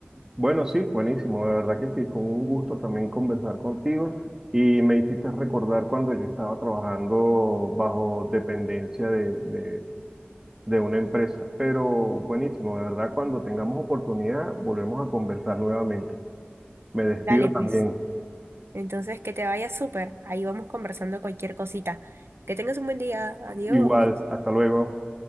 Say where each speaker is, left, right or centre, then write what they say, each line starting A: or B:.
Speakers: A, on the right (about 15°); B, on the right (about 80°).
A: Bueno, sí, buenísimo. De verdad que sí, fue un gusto también conversar contigo y me hiciste recordar cuando yo estaba trabajando bajo dependencia de, de, de una empresa. Pero buenísimo, de verdad, cuando tengamos oportunidad, volvemos a conversar nuevamente. Me despido
B: Dale,
A: también.
B: pues. Entonces, que te vaya súper. Ahí vamos conversando cualquier cosita. Que tengas un buen día. Adiós.
A: Igual, hasta luego.